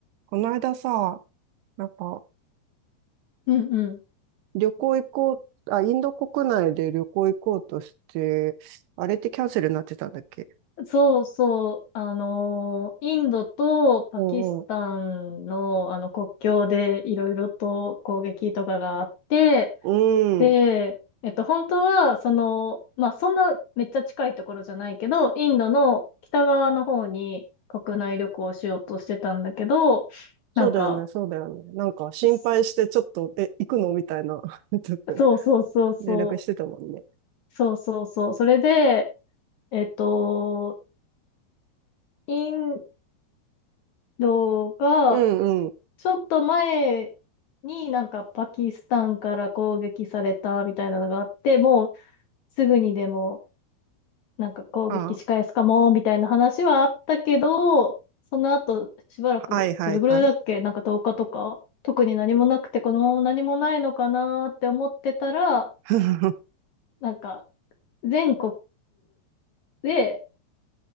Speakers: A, on the right; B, on the left.
A: この間さ、なんか、
B: うんうん。
A: 旅行行こう、あ、インド国内で旅行行こうとして、あれってキャンセルになってたんだっけ
B: そうそう。あのー、インドとパキスタンの、
A: うんうん。
B: あの国境でいろいろと攻撃とかがあって、
A: うん。
B: で、えっと、本当は、その、まあ、そんなめっちゃ近いところじゃないけど、インドの北側の方に国内旅行をしようとしてたんだけど、なんか、
A: そうだよね、そうだよね。なんか心配して、
B: す
A: ちょっと、え、行くのみたいな、<laughs> ちょっと
B: そうそうそうそ
A: 連絡してたもんね。
B: う、そうそうそう、それで、えっと、インドが、
A: うんうん。
B: ちょっと前になんかパキスタンから攻撃されたみたいなのがあって、もうすぐにでもなんか攻撃仕返すかもみたいな話はあったけど、
A: あ、
B: その後しばらくどれぐらいだっけなんか10日とか特に何もなくてこのまま何もないのかなーって思ってたら、
A: はいはいはい。<laughs>
B: なんか全国で、